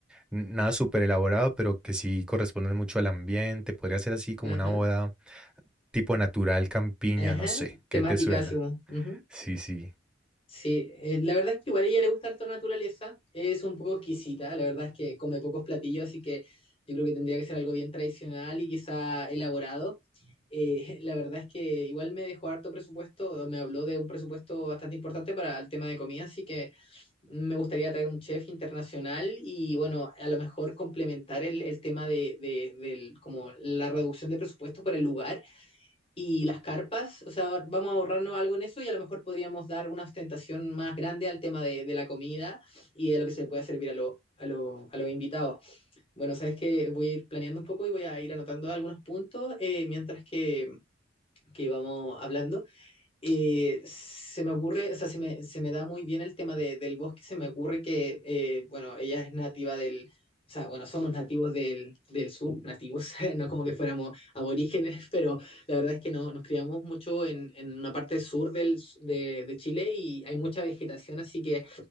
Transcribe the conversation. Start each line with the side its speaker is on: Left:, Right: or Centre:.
Centre: Nada súper elaborado, pero que sí corresponden mucho al ambiente. Podría ser así como
Left: Ajá,
Centre: una boda tipo natural, campiña,
Left: ajá,
Centre: no sé. ¿Qué
Left: temática
Centre: te suena?
Left: así como. ujú.
Centre: Sí, sí.
Left: Sí, eh, la verdad es que igual a ella le gusta harto la naturaleza, es un poco exquisita, la verdad es que come pocos platillos, así que yo creo que tendría que ser algo bien tradicional y quizá elaborado. Eh, <laughs> la verdad es que igual me dejó harto presupuesto, me habló de un presupuesto bastante importante para el tema de comida, así que me gustaría traer un chef internacional y bueno, a lo mejor complementar el, el tema de, de- del, como la reducción de presupuesto para el lugar y las carpas, o sea, vamos a ahorrarnos algo en eso y a lo mejor podríamos dar una ostentación más grande al tema de, de la comida y de lo que se puede servir a, lo, a, lo, a los invitados. Bueno, sabes que voy a ir planeando un poco y voy a ir anotando algunos puntos eh, mientras que, que vamos hablando. Eh, se me ocurre, o sea, se me, se me da muy bien el tema de- del bosque, se me ocurre que, eh, bueno, ella es nativa del, o sea, bueno, somos nativos del, del sur, nativos, <laughs> no como que fuéramos aborígenes, <laughs> pero la verdad es que no, nos criamos mucho en, en una parte sur del, s- de, de Chile y hay mucha vegetación, así que